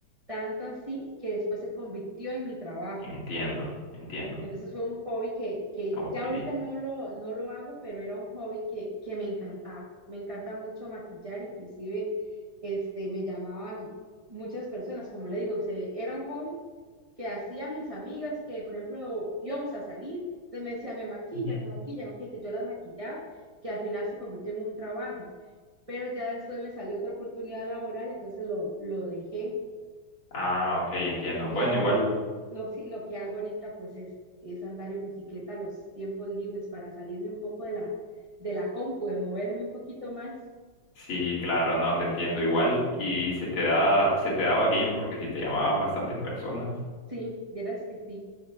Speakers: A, on the right; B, on the left.
A: Tanto así que después se convirtió en mi trabajo.
B: Entiendo, entiendo.
A: Entonces fue un hobby que, que
B: Ok.
A: ya ahorita no lo, no lo hago, pero era un hobby que, que me encantaba. Me encanta mucho maquillar, inclusive este, me llamaban muchas personas, como le digo, o sea, era un hobby que hacía mis amigas que, por ejemplo, íbamos a salir, entonces me decía, me maquillan,
B: Ujú.
A: me maquillan, ok, entonces yo las maquillaba, que al final se convirtió en un trabajo, pero ya después me salió otra oportunidad laboral, entonces lo, lo dejé
B: Ah, ok, entiendo.
A: y
B: Bueno,
A: ahora
B: igual,
A: lo, lo, sí, lo que hago ahorita pues es, es andar en bicicleta los tiempos libres para salirme un poco de la, de la compu, de moverme un poquito más.
B: sí, claro, no, te entiendo igual. Y se te da, se te daba bien, porque si te llamaban bastantes personas.
A: Sí, vieras que sí,